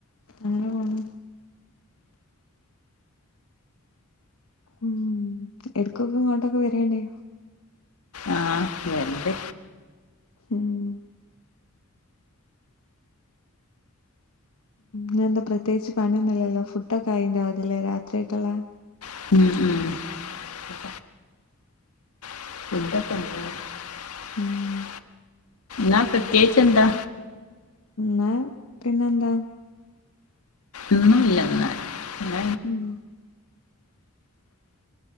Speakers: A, on the left (about 70°); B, on the left (about 85°).
A: അങ്ങനെ പോണൂ ഉം എടുക്കൊക്കെ ഇങ്ങോട്ടൊക്കെ വരണ്ടി
B: ആ വരണ്ട്
A: <unintelligible> മ് എന്താ പ്രത്യേകിച്ച് പണിയൊന്നില്ലല്ലോ ഫുഡൊക്കെ ആയിണ്ടാ അതില്ലേ രാത്രിയെക്കുള്ള
B: <inaudible> <unintelligible>
A: ഉം.
B: ന്നാ പ്രത്യേച്ച് എന്താ
A: ന്നാ പിന്നെന്താ?
B: ഒന്നുല്ലാ എന്നാല്
A: ഉം